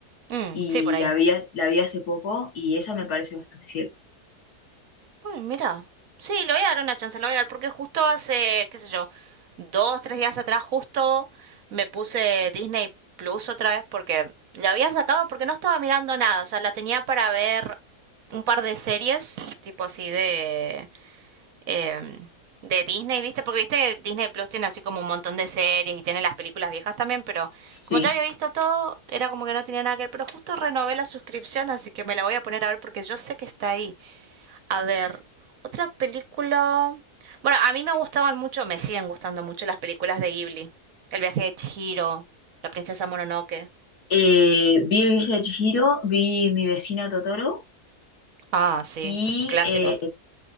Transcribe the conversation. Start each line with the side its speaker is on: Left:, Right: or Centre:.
Right: Mm,
Left: y
Right: sí, por ahí.
Left: la vi, la vi hace poco y esa me parece bastante fiel.
Right: Bueno, mira. Sí, le voy a dar una chance, le voy a dar, porque justo hace, qué sé yo, dos, tres días atrás, justo me puse Disney Plus otra vez porque la había sacado porque no estaba mirando nada. O sea, la tenía para ver un par de series, tipo así de. eh, de Disney, ¿viste? Porque viste que Disney Plus tiene así como un montón de series y tiene las películas viejas también, pero
Left: Sí.
Right: como ya había visto todo, era como que no tenía nada que ver. Pero justo renové la suscripción, así que me la voy a poner a ver porque yo sé que está ahí. A ver, otra película. Bueno, a mí me gustaban mucho, me siguen gustando mucho las películas de Ghibli. El viaje de Chihiro, La princesa Mononoke.
Left: Eh, vi el viaje de Chihiro, vi mi vecina Totoro
Right: Ah, sí,
Left: y
Right: clásico.
Left: eh,